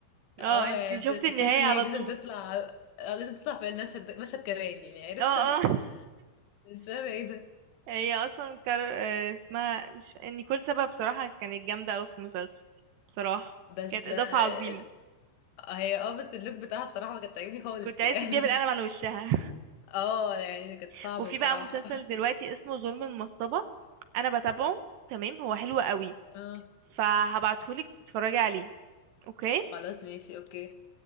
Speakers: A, on the left; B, on the right.
A: اه
B: اه انت
A: يعني بت-
B: شفتي
A: بتحس
B: النهاية
A: ان
B: على
A: هي لازم
B: طول
A: تطلع اه لازم تطلع في المشهد ده مشهد كمان يعني عارف
B: اه
A: <laughs>
B: اه <laughs>
A: مش فاهمه ايه ده
B: هي اصلا كار... آه، اسمها مش نيكول سابا بصراحة كانت جامدة اوي في المسلسل بصراحة
A: بس
B: كانت اضافة
A: آه،
B: عظيمة
A: هي اه بس اللوك بتاعها بصراحه ما كانت عاجبني خالص
B: كنت عايز
A: يعني
B: تديها بالقلم على وشها
A: <laughs> اه يعني كانت
B: <laughs>
A: صعبه
B: وفي
A: بصراحه
B: بقى مسلسل
A: <laughs>
B: دلوقتي اسمه ظلم المصطبة انا بتابعه تمام هو حلو قوي
A: اه
B: فهبعتهولك تتفرجي عليه اوكي
A: خلاص ماشي اوكي